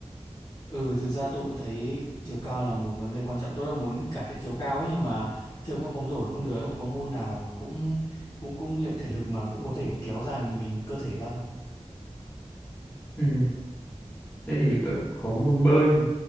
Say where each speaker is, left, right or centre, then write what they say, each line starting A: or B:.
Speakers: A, on the left (about 35°); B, on the left (about 15°).
A: Ừ, thực ra tôi cũng thấy chiều cao là một vấn đề quan trọng. Tôi đang muốn cải thiện chiều cao ấy nhưng mà chơi mỗi bóng rổ là không được. Ông có môn nào cũng cũng cũng luyện thể lực mà cũng có thể kéo dài mình cơ thể ra không?
B: ừ, thế thì tôi có môn bơi